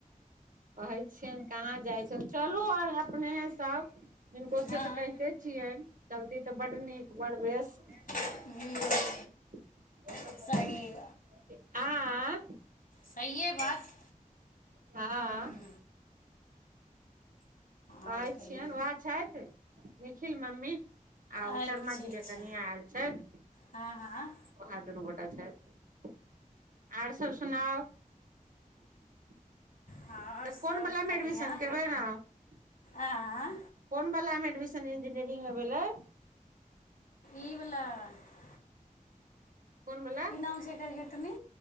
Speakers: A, on the right; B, on the left.
A: कहै छियैन कहाँ जाइ छै चलू अपनेहे सब हिनको सब
B: हँ
A: केँ तऽ कहितै छियैन चलती तऽ बड नीक बड़ बेस
B: <unintelligible>
A: <unintelligible>
B: सही सयै बात
A: हँ
B: हूँ,
A: कहै
B: आओर कहियौ
A: छियैन वैह छैथ <inaudible> निखिल मम्मी और
B: अच्छा
A: शर्मा
B: अच्छा
A: जी केँ कनिया ऐल छैथ
B: हँ हँ
A: वैह दुनू गोटा छैथ <inaudible> आर सब सुनाउ <inaudible> <inaudible>
B: हँ आओर
A: तऽ
B: सब
A: कोन वला
B: बढ़िआँ
A: में एडमिशन करबै नौ <inaudible>
B: आँ
A: कोन बला एडमिशन इंजिनियरिंग में भेलै
B: ई वला <unintelligible>
A: कोन बला
B: की नाम है ऐकर गै टुनि